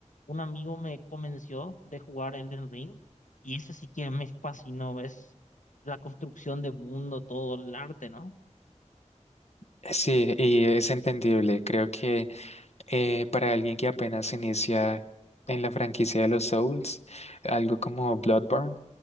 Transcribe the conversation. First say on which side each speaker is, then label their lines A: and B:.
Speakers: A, on the left; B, on the left.
A: un amigo me convenció de jugar Elden Ring y ese sí que me fascinó, ¿ves? La construcción de mundo, todo el arte, ¿no?
B: Eh, Sí, y es entendible. Creo que eh, para alguien que apenas inicia en la franquicia de los Souls, algo como Bloodborne,